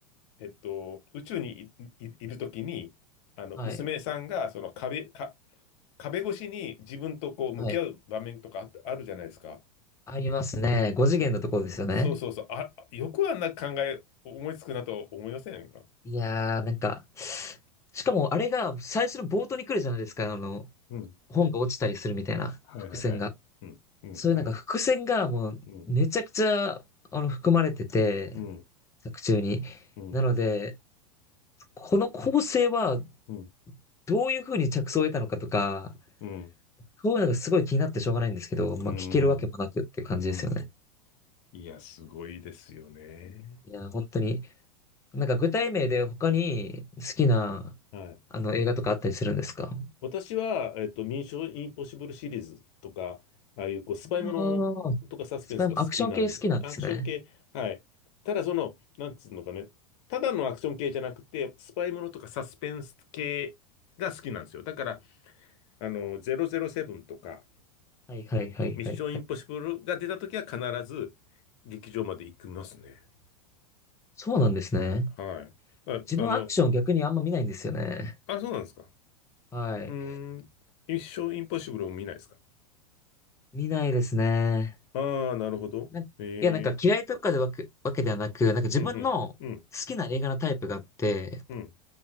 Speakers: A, on the left; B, on the left.
A: えっと、宇宙にい、い、いるときに、あの、
B: はい。
A: 娘さんが、その壁、か、壁越しに自分とこう向き合う場面とかあ、
B: はい。
A: あるじゃないですか。
B: ありますね。5次元のところですよね。
A: そうそうそう。あ、よくあんな考え思いつくなと思いませんか
B: いやー、なんか、しかもあれが最初の冒頭に来るじゃないですか、あの、
A: うん。
B: 本が落ちたりするみたいな伏線が。
A: はいはいはい。うん。うん。
B: そういうなんか伏線がもうめちゃくちゃ、
A: うん。うん。
B: あの、含まれてて、
A: うん。
B: 作中に。
A: うん。
B: なので、この構成は
A: うん。
B: どういう風に着想を得たのかとか、
A: うん。
B: そういうのがすごい気になってしょうがないんですけど、まあ聞けるわけもなくっていう感じですよね。
A: うん。うんいや、すごいですよね。
B: いや本当に。なんか具体名で他に好きな、
A: はい。
B: あの、映画とかあったりするんですか
A: 私は、えっと、ミッションインポッシブルシリーズとか、ああいうこうスパイものとかサスペンスが好きなんで、
B: ああ、スパイもアクション系好きなんですね。
A: アクション系、はい。ただその、なんつうのかね、ただのアクション系じゃなくて、スパイものとかサスペンス系が好きなんですよ。だから、あの、007とか、
B: はいはいはいはいはい。
A: ミッションインポッシブルが出た時は必ず劇場まで行きますね。
B: そうなんですね。
A: はい。あ、
B: 自分はアクション逆にあんま見ないんですよね。
A: あの、あ、そうなんですか。
B: はい。
A: うーん、ミッションインポッシブルを見ないですか。
B: 見ないですね。
A: ああー、なるほど。
B: なんいや、
A: へえ。
B: なんか嫌いとかでわけ、わけではなく、なんか自分の好きな映画のタイプがあって、
A: うん、うん、うん、うん、